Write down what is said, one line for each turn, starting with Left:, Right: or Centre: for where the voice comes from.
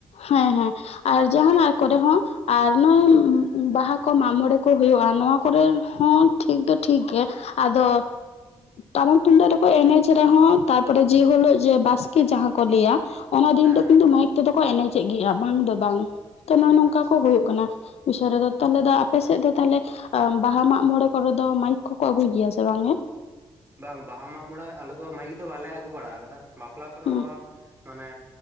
Left: ᱦᱮᱸ ᱦᱮᱸ ᱟᱨ ᱡᱟᱦᱟᱱᱟᱜ ᱠᱚᱨᱮ ᱦᱚᱸ ᱟᱨ ᱱᱚᱜᱼᱚᱭ ᱵᱟᱦᱟ ᱠᱚ ᱢᱟᱜ ᱢᱚᱬᱮ ᱠᱚ ᱠᱚ ᱦᱩᱭᱩᱜᱼᱟ ᱱᱚᱣᱟ ᱠᱚᱨᱮ ᱦᱚᱸ ᱴᱷᱤᱠ ᱫᱚ ᱴᱷᱤᱠ ᱜᱮ ᱟᱫᱚ ᱴᱟᱢᱟᱠ ᱛᱩᱢᱫᱟᱜ ᱨᱮᱠᱚ ᱮᱱᱮᱡ ᱨᱮᱦᱚᱸ ᱛᱟᱨᱯᱚᱨᱮ ᱡᱮᱦᱤᱞᱳᱜ ᱡᱮ ᱵᱟᱥᱠᱮ ᱡᱟᱸᱦᱟ ᱠᱚ ᱞᱟᱹᱭᱟ ᱚᱱᱟ ᱫᱤᱱ
Right: ᱦᱮᱸ
Left: ᱫᱚ
Right: ᱦᱮᱸ
Left: ᱠᱤᱱᱛᱩ ᱢᱟᱭᱤᱠ ᱛᱮᱫᱚ ᱠᱚ ᱮᱱᱮᱡᱮᱫ ᱜᱮᱭᱟ ᱵᱟᱝ ᱫᱚ ᱵᱟᱝ ᱛᱚ ᱱᱚᱜ-ᱚᱭ ᱱᱚᱝᱠᱟ
Right: ᱟᱪᱪᱷᱟ
Left: ᱠᱚ ᱦᱩᱭᱩᱜ ᱠᱟᱱᱟ ᱵᱤᱥᱚᱭ ᱨᱮᱫᱚ ᱛᱟᱦᱚᱞᱮ ᱫᱚ ᱟᱯᱮᱥᱮᱫ ᱫᱚ ᱛᱟᱦᱮᱞᱮ ᱵᱟᱦᱟ ᱢᱟᱜ ᱢᱚᱬᱮ ᱠᱚᱨᱮ ᱫᱚ ᱢᱟᱭᱤᱠ ᱠᱚᱠᱚ ᱟᱹᱜᱩᱭ ᱜᱮᱭᱟ ᱥᱮ ᱵᱟᱝ ᱜᱮ
Right: ᱵᱟᱝ ᱵᱟᱦᱟ ᱢᱟᱜ ᱢᱚᱬᱮ ᱟᱞᱮ ᱫᱚ ᱢᱟᱹᱭᱤᱠ ᱫᱚ ᱵᱟᱞᱮ ᱟᱹᱜᱩ ᱵᱟᱲᱟ ᱟᱠᱟᱫᱟ ᱵᱟᱯᱞᱟ ᱠᱚᱨᱮ
Left: ᱦᱩᱸ
Right: ᱦᱚᱸ ᱢᱟᱱᱮ